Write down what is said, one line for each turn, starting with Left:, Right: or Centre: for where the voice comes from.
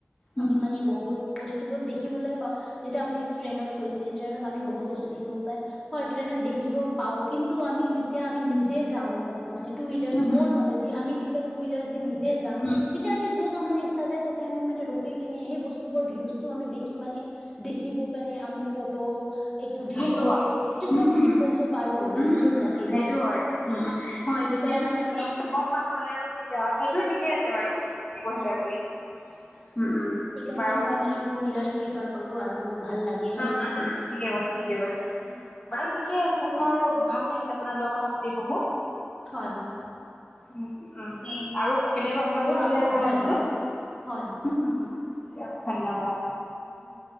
Left: উম
Centre: আমি মানে বহুত বস্তুবোৰ দেখিবলৈ পাওঁ। যেতিয়া আপনি ট্ৰেইনত কৈছে ট্ৰেইনত আমি বহুত বস্তু দেখিব পায়। হয় ট্ৰেনত দেখিব পাও কিন্তু আমি যেতিয়া আমি নিজে যাম ন মানে টু ওইলাৰ্চ
Left: হম উম হম
Centre: মোৰ মতেদি আমি যেতিয়া টু ওইলাৰ্চ দি নিজে যাম
Left: উম হম
Centre: তেতিয়া আমি য'ত তা আমাৰ ইচ্ছা যায় তাতে আমি মানে ৰখি কিনে সেই বস্তুবোৰ ভীউজটো আমি দেখিম মানে দেখিব কাৰণে আমি ফট এইটো ভিডিঅ'
Left: সেইটো হয়
Centre: সেইটো
Left: উম
Centre: চব
Left: হম।
Centre: মানে কৰিব পাৰো আমি
Left: উম
Centre: নিজৰ
Left: উম
Centre: মতেদি।
Left: সেইটো হয় উম উম হয় যেতিয়া
Centre: এইকাৰণে
Left: মানে
Centre: মই
Left: ধৰি লওক কম মানুহ হ'লে আৰু সুবি ধা সেইটোয়ে ঠিকে আছে বাৰু ঠিকে কৈছে
Centre: হয়
Left: আপুনি উম উম।
Centre: সেইকাৰণে
Left: বাৰু
Centre: মই মানে টু ওইলাৰ প্ৰিফাৰ কৰো আৰু মোক ভাল লাগে
Left: উম
Centre: সেই
Left: উম
Centre: বস্তুটো।
Left: উম উম ঠিকে কৈছে ঠিকে কৈছে, বাৰু ঠিকে আছে মোৰ ভাল লাগিল আপোনাৰ লগৰ কথা পাতি বহুত।
Centre: হয় হয়।
Left: উম উম
Centre: আপোনালোকৰ
Left: আৰু কেতিয়াবা
Centre: আশা
Left: কথা
Centre: কৰোঁ
Left: পাতিম
Centre: আকৌ
Left: বুলি আশা
Centre: হয়
Left: ৰাখিলো।
Centre: হয় হয় হয়
Left: ওহুহু দিয়ক ধন্যবাদ।
Centre: ধন্য